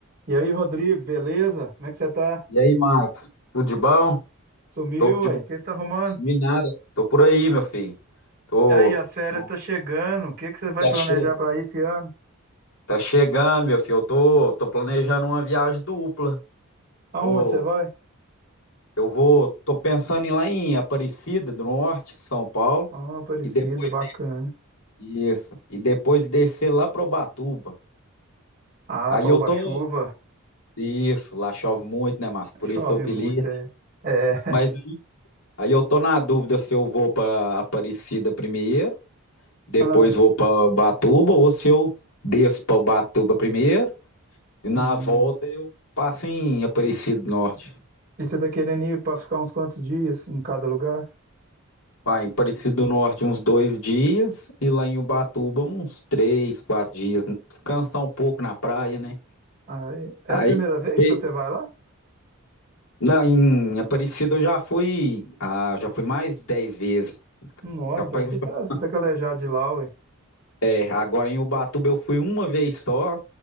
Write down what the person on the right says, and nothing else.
E aí, Rodrigo, beleza? Como é que você tá?
Sumiu,
ué? O que você tá arrumando?
E aí, as férias
tá chegando. O que que você vai
planejar
para esse ano?
Aonde
você vai?
Ah, Aparecida,
bacana.
Ah,
para
Ubatuba,
chove
muito, é. É. <laughs>
Ah,
hum.
E você tá querendo ir para ficar uns quantos dias em cada lugar?
Ah, é é
a primeira vez
que você vai lá?
Não,
então você
tá, você tá calejado de lá, ué.